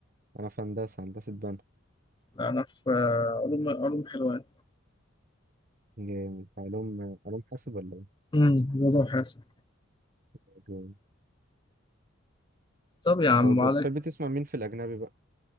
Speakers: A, on the right; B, on the left.
A: انا في هندسه هندسه بنا
B: أنا في آه، علوم علوم حلوان
A: جامد علوم علوم حاسب ولا
B: امم رياضة وحاسب
A: ايه
B: طب يا عم
A: طب
B: عليك
A: وبتحب تسمع مين في الأجنبي بقى؟